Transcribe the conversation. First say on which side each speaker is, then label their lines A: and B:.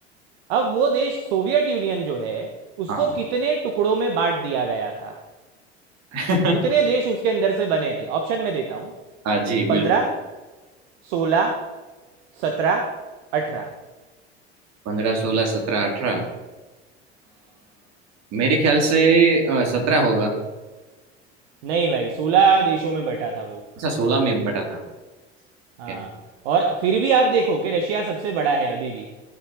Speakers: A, on the right (about 70°); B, on the right (about 55°).
A: अब वो देश सोवियत यूनियन जो है उसको
B: हाँ
A: कितने टुकड़ों में बांट दिया गया था
B: <laughs>
A: कितने देश उसके अंदर से बने थे ऑप्शन में देता हूँ
B: हाँ जी
A: पंद्रह
B: बिल्कुल
A: सोलह सत्रह अठारह
B: पंद्रह सोलह सत्रह अठारह मेरे ख्याल से सत्रह होगा
A: नहीं भाई सोलह देशों में बटा था वो
B: अच्छा सोलह में बटा था
A: हाँ
B: क्या
A: और फिर भी आप देखो कि रशिया सबसे बड़ा है अभी भी